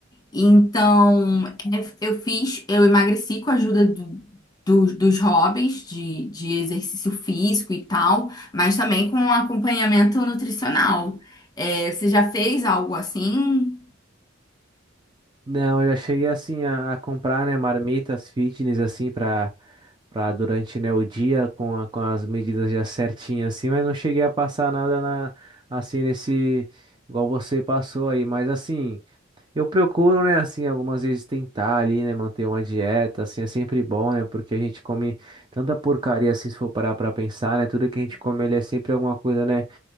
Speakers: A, on the left (about 20°); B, on the right (about 20°).
A: Então, é, eu fiz, eu emagreci com a ajuda do- dos dos hobbies de, de exercício físico e tal, mas também com um acompanhamento nutricional. É, você já fez algo assim?
B: Não, eu já cheguei assim a, a comprar, né, marmitas fitness assim para para durante, né, o dia com, a- com as medidas já certinhas assim, mas não cheguei a passar nada na assim nesse igual você passou aí, mas assim, eu procuro, né, assim, algumas vezes tentar ali, né, manter uma dieta, assim, é sempre bom, né, porque a gente come tanta porcaria assim se for parar para pensar, né, tudo que a gente come ele é sempre alguma coisa, né,